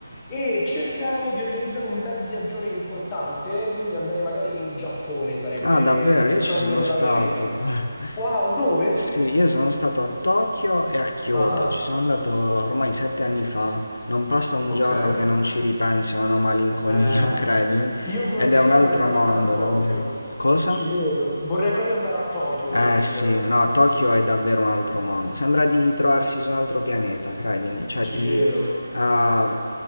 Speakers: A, on the left; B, on the left.
A: E cercavo di organizzare un bel viaggione importante, quindi andare magari in Giappone sarebbe
B: Ah, davvero?
A: il
B: Io
A: sogno
B: ci sono
A: della
B: stato.
A: mia vita. Wow,
B: <laughs>
A: dove?
B: Sì, io sono stato a Tokyo e a Kyoto.
A: Ah,
B: Ci sono andato ormai sette anni fa. Non passa un
A: ok.
B: giorno che non ci ripenso, non ho malinconia,
A: Eh,
B: <laughs> credimi.
A: io considera
B: Ed è un altro
A: vorrei proprio
B: mondo,
A: andare a Tokyo.
B: davvero. Cosa?
A: Ci credo. Vorrei proprio andare a Tokyo,
B: Eh
A: considera.
B: sì, no, Tokyo è davvero un altro mondo. Sembra di trovarsi su un altro pianeta, credimi. Cioè,
A: Ci
B: ti.
A: credo.
B: ah,